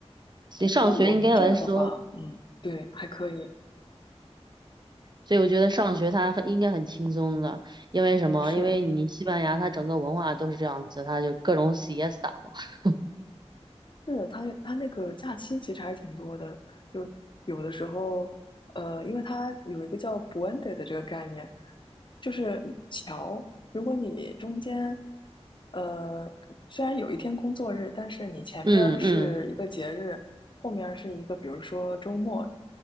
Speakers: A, on the right (about 40°); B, on the left (about 45°).
A: 其实上学应该来说，
B: 冬天我们这儿的话，嗯，对，还可以，
A: 所以我觉得上学它很应该很轻松的，因为什么？
B: 是。
A: 因为你西班牙它整个文化都是这样子，它就各种 s i e s 嘛。<laughs>
B: 是他他那个假期其实还挺多的，就有的时候，呃，因为它有一个叫 “puente” 的这个概念，就是桥。如果你中间，呃，虽然有一天工作日，但是你前面儿是一个节日，
A: 嗯嗯，
B: 后面儿是一个，比如说周末、